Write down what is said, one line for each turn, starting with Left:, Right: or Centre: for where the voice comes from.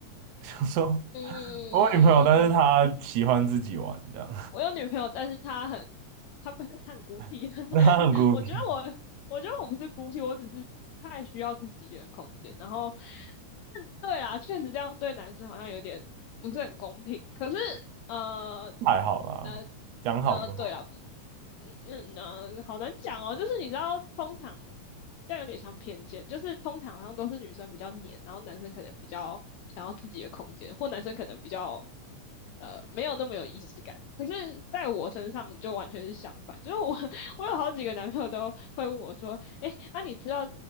Right: <laughs> 想说
Left: 嗯，
Right: 我有女朋友，但是她喜欢自己玩这样，
Left: 我有女朋友，但是她很，她不是她很孤僻。
Right: <laughs>
Left: <laughs>
Right: 那她很孤僻，
Left: 我觉得我，我觉得我不是孤僻，我只是太需要自己一个人空间。然后，<laughs> 嗯对啦，确实这样对男生好像有点不是很公平。可是，呃，
Right: 还好啦，
Left: 呃，
Right: 讲好就好
Left: 呃，对啦，不嗯嗯，呃，好难讲哦。就是你知道，通常但有点像偏见，就是通常好像都是女生比较黏，然后男生可能比较想要自己的空间，或男生可能比较呃没有那么有仪式感。可是在我身上就完全是相反，就是我 <laughs> 我有好几个男朋友都会问我说，哎，啊你知道